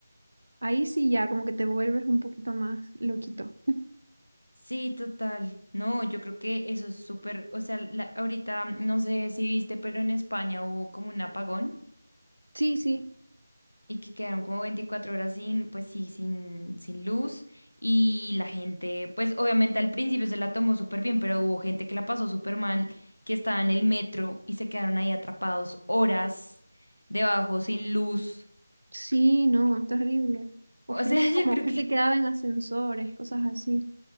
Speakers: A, on the right; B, on the left.
A: ahí sí ya, como que te vuelves un poquito más loquito.
B: Sí, total. No, yo creo que eso es súper, o sea, la- ahorita no sé si viste, pero en España hubo como un apagón
A: Sí, sí,
B: y que quedaron como 24 horas sin, pues sí, sin, sin luz y la gente, pues obviamente al principio se la tomó súper bien, pero hubo gente que la pasó súper mal, que estaba en el metro y se quedaron ahí atrapados horas debajo sin luz.
A: sí, no, es terrible. O
B: O
A: gente
B: sea, <laughs>
A: como
B: yo creo
A: que
B: que...
A: se quedaba en ascensores, cosas así.